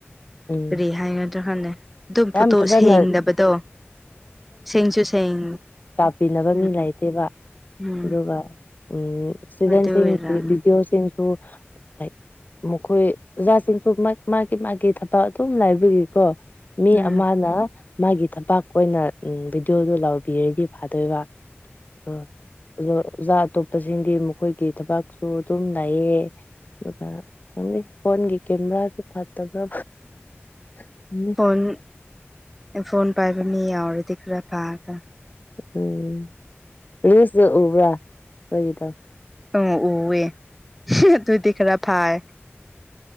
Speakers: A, on the left; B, in the centre.
A: ꯎꯝ
B: ꯀꯔꯤꯍꯥꯏꯒꯗ꯭ꯔꯥ ꯈꯪꯗꯦ ꯑꯗꯨꯝ ꯄꯣꯠꯇꯣ
A: ꯌꯥꯝ ꯐꯖꯅ
B: ꯁꯦꯡꯗꯕꯗꯣ ꯁꯦꯡꯁꯨ ꯁꯦꯡ
A: ꯇꯥꯛꯞꯄꯤꯅꯕ
B: ꯎꯝ
A: ꯃꯤ ꯂꯩꯇꯦꯕ
B: ꯎꯝ
A: ꯑꯗꯨꯒ ꯎꯝ ꯏꯁꯇꯨꯗꯦꯟꯁꯤꯡ
B: ꯑꯗꯨ ꯑꯣꯏꯔꯝꯅꯤ
A: ꯚꯤꯗꯤꯑꯣꯁꯤꯡꯁꯨ ꯂꯥꯏꯛ ꯃꯈꯣꯏ ꯑꯣꯖꯥꯁꯤꯡꯁꯨ ꯃꯥꯒꯤ ꯃꯥꯒꯤ ꯊꯕꯛ ꯑꯗꯨꯝ ꯂꯩꯕꯒꯤꯀꯣ ꯃꯤ
B: ꯎꯝ
A: ꯑꯃꯅ ꯃꯥꯒꯤ ꯊꯕꯥꯛ ꯑꯣꯏꯅ ꯚꯤꯗꯤꯑꯣꯗꯨ ꯂꯥꯎꯕꯤꯔꯗꯤ ꯐꯥꯗꯣꯏꯕ ꯑ ꯑꯣꯖꯥ ꯑꯇꯣꯞꯄꯁꯤꯡꯗꯤ ꯃꯈꯣꯏꯒꯤ ꯊꯕꯛꯁꯨ ꯑꯗꯨꯝ ꯂꯩꯌꯦ ꯑꯗꯨꯒ ꯈꯪꯗꯦ ꯐꯣꯟꯒꯤ ꯀꯦꯃꯦꯔꯥꯗꯨ ꯐꯠꯇꯕ꯭ꯔꯥ ꯈꯪꯗꯦ
B: ꯐꯣꯟ ꯑꯥꯏ ꯐꯣꯟ ꯄꯥꯏꯕ ꯃꯤ ꯌꯥꯎꯔꯗꯤ ꯈꯔ ꯐꯗ꯭ꯔꯥ
A: ꯎꯝ ꯔꯤꯁꯇ ꯎꯕ꯭ꯔꯥ ꯑꯩꯈꯣꯏꯒꯤꯗ
B: ꯎ ꯎꯑꯦ ꯑꯗꯨꯗꯤ ꯈꯔ ꯐꯥꯏ